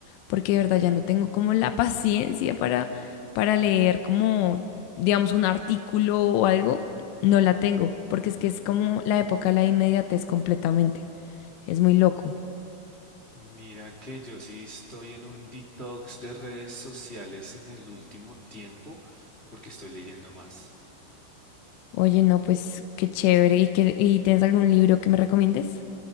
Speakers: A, on the left; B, on the left.
A: porque de verdad ya no tengo como la <laughs> paciencia para, para leer como, digamos, un artículo o algo. No la tengo, porque es que es como la época de la inmediatez completamente. Es muy loco.
B: Mira que yo sí estoy en un detox de redes sociales en el último tiempo porque estoy leyendo más.
A: Oye, no, pues qué chévere. ¿Y, qué- y tienes algún libro que me recomiendes?